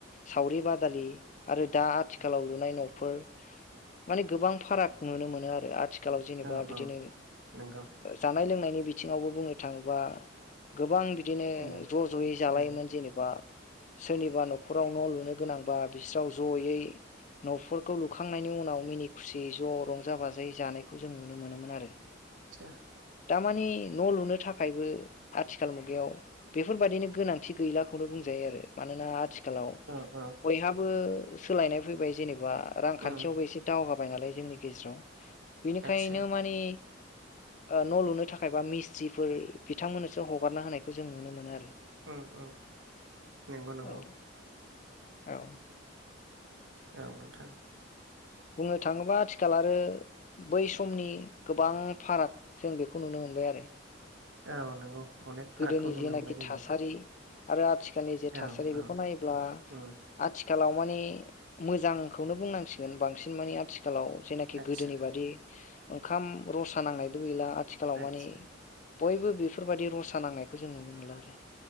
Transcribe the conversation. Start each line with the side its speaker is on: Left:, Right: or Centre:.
Left: सावरि बादालि आरो दा आथिखालाव लुनाय न'फोर माने गोबां फाराग नुनो मोनो आरो आथिखालाव जेनेबा
Right: औ
Left: बिदिनो
Right: औ नंगौ
Left: जानाय लोंनायनि बिथिंङावबो बुंनो थाङोबा गोबां बिदिनो
Right: उम उम
Left: ज' ज'यै जालायोमोन
Right: औ
Left: जेनेबा सोरनिबा न'खराव न' लुनो गोनांबा बिसोराव जयै न'फोरखौ लुखांनायनि उनाव मिनि खुसियै ज' रंजा बाजायै जानायखौ जों नुनो मोनोमोन आरो।
Right: आ <inaudible>
Left: दा मानि न' लुनो थाखायबो आथिखाल मुगायाव बेफोर बायदिनो गोनांथि गैलाखौनो बुंजायो। जायो आरो‌ मानोना आथि आथिखालाव
Right: औ औ
Left: बयहाबो सोलायनाय फैबाय जेनेबा रांखान्थियावबो
Right: उम
Left: एसे दावगाबाय जाबाय नालाय जोंनि गेजेराव बिनिखायनो
Right: आदसा
Left: माने न' लुनो थाखाय बा मिस्ट्रिफोर बिथांमोननोसो हगारना होनायखौ जों नुनो मोनो आरो।
Right: उम नंगौ नांगौ।
Left: औ औ।
Right: औव नोंथां।
Left: बुंनो थाङोब्ला आथिखाल आरो बै समनि गोबां फाराग जों बेखौ नुनो मोनो। थबाय आरो।
Right: औ नंगौ। अनेक फारागखौ
Left: गोदोनि
Right: नुनो
Left: जेनाखि
Right: मोनबाय जोङो
Left: थासारि आरो आथिखालनि जे
Right: औ
Left: थासारि
Right: औ
Left: बेखौ नायोब्ला आथिखाल
Right: उम
Left: आथिखालाव माने मोजांखौनो बुंनांसिगोन बांसिन माने आथिखालाव जेनाखि
Right: आदसा
Left: गोदोनि बादि ओंखाम रसा नांनायबो गैला आथिखालाव
Right: आदसा
Left: मानिे बयबो बेफोरबायदि रसा खानांनायखौ जों नुनो मोनला आरो।